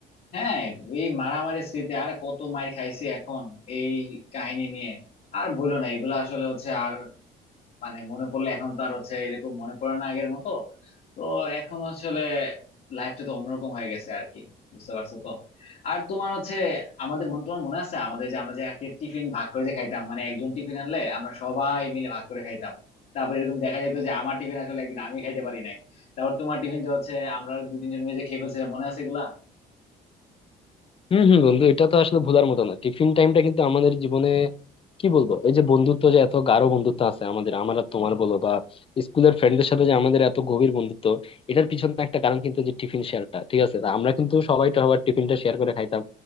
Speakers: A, on the left; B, on the left.
A: হ্যাঁ এই মারামারি স্মৃতি আর কত মার খাইছি এখন এই কাহিনী নিয়ে আর বলো না এগুলো আসলে হচ্ছে আর মানে মনে পড়লে এখন তো আর হচ্ছে এরকম মনে পড়ে না আগের মতো তো এখন আসলে লাইফটা তো অন্যরকম হয়ে গেছে আর কি বুঝতে পারছো তো আর তোমার হচ্ছে আমাদের মনে তোমার মনে আছে আমাদের যে আমরা যে আগে টিফিন ভাগ করে যে খাইতাম মানে একজন টিফিন আনলে আমরা সবাই মিলে ভাগ করে খাইতাম তারপর এরকম দেখা যেত যে আমার টিফিন আসলে একদিন আমি খাইতে পারি নাই তারপর তোমার টিফিন যে হচ্ছে আমরা দু তিনজন মিলে যে খেয়ে ফেলছিলাম মনে আছে এগুলা
B: হম হম বন্ধু এটা তো আসলে ভোলার মতো না টিফিন টাইমটা কিন্তু আমাদের জীবনে কি বলবো এই যে বন্ধুত্ব যে এত গাঢ় বন্ধুত্ব আছে আমাদের আমার আর তোমার বলো বা স্কুলের ফ্রেন্ডদের সাথে যে আমাদের এত গভীর বন্ধুত্ব এটার পিছনে একটা কারণ কিন্তু যে টিফিন শেয়ারটা ঠিক আছে তা আমরা কিন্তু সবাই তো আবার টিফিনটা শেয়ার করে খাইতাম